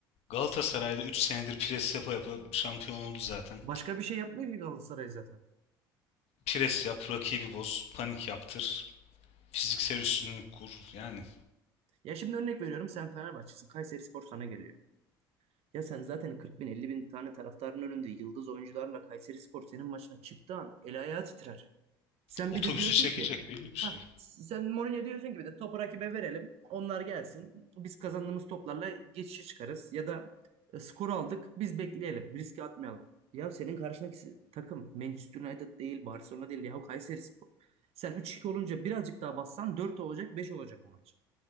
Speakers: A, on the left; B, on the right.
A: Galatasaray'da 3 senedir pres yapa yapa şampiyon oldu zaten.
B: Başka bir şey yapmıyor ki Galatasaray zaten.
A: Pres yap, rakibi boz, panik yaptır, fiziksel üstünlük kur. Yani
B: Ya şimdi örnek veriyorum sen Fenerbahçe'sin. Kayserispor sana geliyor. Ya sen zaten 40 bin 50 bin tane taraftarın önünde yıldız oyuncularla Kayserispor senin maçına çıktığı an el ayağı titrer. Sen
A: otobüsü
B: bir de diyorsun
A: çekecek
B: ki
A: belli bir şey.
B: ha, sen Mourinho diyorsun ki bir de topu rakibe verelim. Onlar gelsin. Biz kazandığımız toplarla geçişe çıkarız. Ya da e, skor aldık biz bekleyelim. Riske atmayalım. Ya senin karşındaki takım Manchester United değil, Barcelona değil. Ya Kayserispor. Sen üç iki olunca birazcık daha bassan 4 olacak, 5 olacak o maç.